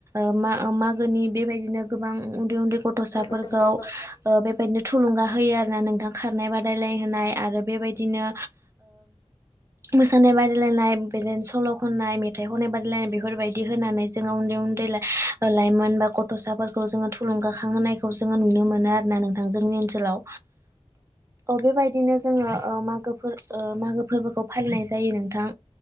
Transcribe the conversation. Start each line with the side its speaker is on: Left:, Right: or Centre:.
Right: ओ मा मागो गोनि बेबायदिनो गोबां उनदै उनदै गथ'साफोरखौ
Left: बे गथ'साफोर
Right: बेबायदिनो थुलुंगा होयो आरोना नोंथां खारनाय बादायलाय
Left: औ
Right: होनाय आरो बेबायदि बिदिनो मोसानाय बादायलायनाय बिदिनो सल' खननाय मेथ मेथाइ खनाय बादायनाय बेफोरबायदि होनानै जोङो उनदै उनदै लाइमोन होनबा गथ'साफोरखौ जोङो थुलुंगाखांहोनायखौ जोङो नुनो मोनो आरोना नोंथां जोंनि ओनसोलाव अ बेबायदिनो जोङो मागो मागो फोरबोखौ फालिनाय जायो नोंथां